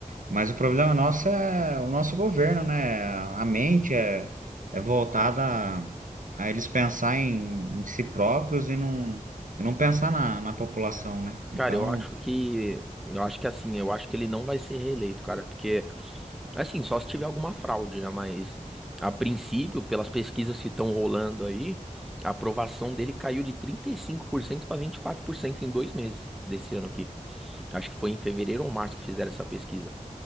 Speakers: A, on the right (about 75°); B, in the centre.
A: mas o problema nosso é o nosso governo, né? A mente é, é voltada a, a eles pensar em, em si próprios e não, e não pensar na, na população, né? Então,
B: Cara, eu acho que, eu acho que assim, eu acho que ele não vai ser reeleito, cara, porque assim, só se tiver alguma fraude, né? Mas a princípio, pelas pesquisas que estão rolando aí, a aprovação dele caiu de 35% para 24% em dois meses desse ano aqui. Acho que foi em fevereiro ou março que fizeram essa pesquisa.